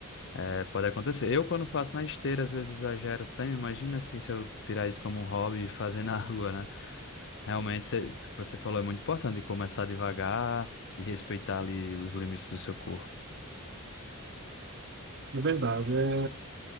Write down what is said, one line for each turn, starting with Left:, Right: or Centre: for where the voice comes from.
Left: É, pode acontecer. Eu, quando faço na esteira, às vezes exagero também. Imagina assim, se eu tirar isso como um hobby e fazer <laughs> na rua, né? Realmente, cê- isso que você falou é muito importante, de começar devagar e respeitar ali os limites do seu corpo.
Right: é verdade. É,